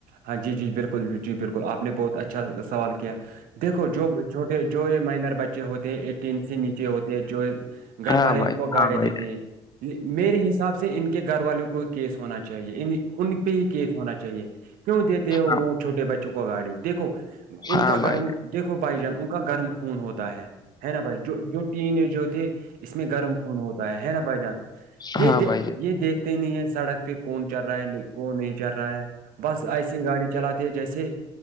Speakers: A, on the right; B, on the left.
A: ہاں جی جی بالکل ج جی بالکل آپ نے بہت اچھا سوال کیا دیکھو جو چھوٹے جو یہ مائنر بچے ہوتے ہیں ایٹین سے نیچے ہوتے ہیں جو گھر
B: ہاں
A: والے
B: بھائی
A: ان کو
B: ہاں
A: گاڑیاں
B: بھائی
A: دیتے ہیں میرے حساب سے ان کے گھر والوں کو کیس ہونا چاہیے ان پہ ہی کیس ہونا چاہیے کیوں دیتے ہیں وہ
B: ہاں
A: چھوٹے بچوں کو ا گاڑی دیکھو ان
B: ہاں
A: کا گھر
B: بھائی
A: دیکھو بھائی جان ان کا گرم خون ہوتا ہے ہے نا بھائی جو جو ٹین ایج ہوتے اس میں گرم خون ہوتا ہے ہے نا بھائی جان
B: ہاں
A: یہ دیکھتے
B: بھائی
A: یہ دیکھتے ہی نہیں ہے سڑک پھر کون چل رہا ہے نہیں کون نہیں چل رہا ہے بس ایسی گاڑی چلاتی ہے جیسے